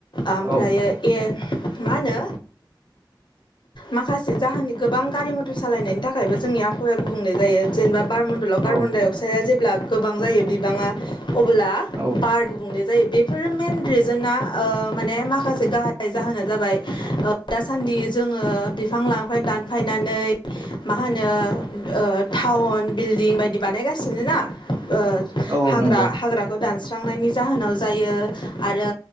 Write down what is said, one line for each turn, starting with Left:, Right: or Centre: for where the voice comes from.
Left: ओमफ्र
Right: औ
Left: ए मा होनो माखासे जाहोननि गोबां गारि मथर सालायनायनि थाखायबो जोंनि आबहावाया गुबुंनाय जायो जेनेबा बार मडलाव कार्बन
Right: औ
Left: डाइ अक्साइडआ जेब्ला गोबां जायो बिबाङा अब्ला
Right: औ
Left: बार गुबुंले जायो बेफोर मेन रिजोना ओ माने माखासे गाह जाहोना जाबाय दासान्दि जों बिफां लाांनिफ्राय दानफायनानै मा होनो टाउन बिल्डिं बायदि बानायगासिनो ना ओ
Right: औ
Left: हाग्रा
Right: नंगौ
Left: हाग्राखौ दानस स्रांनायनि जाहोनाव जायो आरो